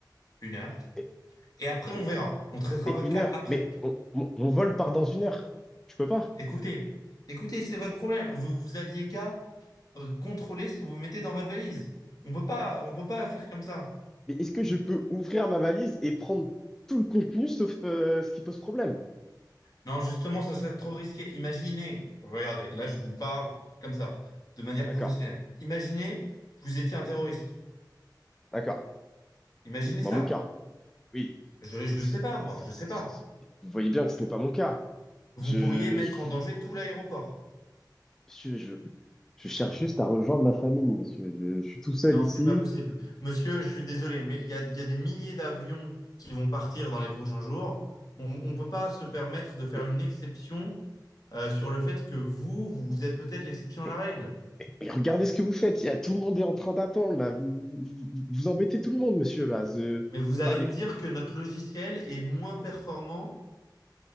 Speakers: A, on the left; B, in the centre.
A: une heure,
B: Mais,
A: Et après, on
B: mais-
A: verra. On traitera
B: mais
A: votre
B: une
A: cas
B: heure.
A: après.
B: Mais mon, mon- mon vol part dans une heure. Je peux pas.
A: Écoutez, écoutez, c'est votre problème. Vous, vous aviez qu'à euh, contrôler ce que vous mettez dans votre valise. On peut pas, on peut pas faire comme ça.
B: mais est-ce que je peux ouvrir ma valise et prendre tout le contenu sauf euh, ce qui pose problème?
A: Non, justement, ce serait trop risqué. Imaginez, regardez, là, je vous parle comme ça, de manière
B: D'accord,
A: professionnelle. Imaginez, que vous étiez un terroriste.
B: d'accord.
A: Imaginez
B: Ce n'est pas
A: ça.
B: mon cas. Oui.
A: Je, je
B: Mais ce-
A: sais pas,
B: ce-
A: moi, je
B: ce-
A: sais pas.
B: vous voyez bien que ce n'est pas mon cas.
A: Vous
B: Je,
A: pourriez mettre
B: je,
A: en danger tout l'aéroport.
B: monsieur, je, je cherche juste à rejoindre ma famille, monsieur. Je, je suis tout seul
A: Non,
B: ici.
A: c'est pas possible. Monsieur, je suis désolé, mais il y a, il y a des milliers d'avions qui vont partir dans les prochains jours. On ne peut pas se permettre de faire
B: Mais,
A: une exception euh, sur le fait que vous, vous vous êtes peut-être l'exception à
B: mais-
A: la règle.
B: mais regardez ce que vous faites. Il y a, tout le monde est en train d'attendre, là. Vous, vous, vous- vous embêtez tout le monde, monsieur, là. Je-
A: Mais vous allez
B: enfin, mais,
A: me dire que notre logiciel est moins performant